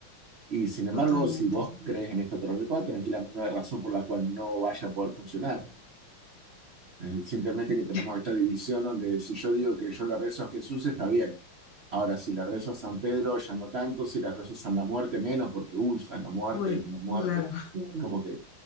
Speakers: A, on the right; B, on the left.
A: Y sin embargo,
B: totalmente.
A: si vos crees en este otro ritual, tranquilamente no hay razón por la cual no vaya a poder funcionar. Eh, simplemente que tenemos
B: <laughs>
A: esta división donde si yo digo que yo le rezo a Jesús, está bien. Ahora, si le rezo a San Pedro, ya no tanto. Si le rezo a San la Muerte, menos, porque, uy, San la Muerte
B: Uy,
A: es una muerte.
B: claro,
A: como que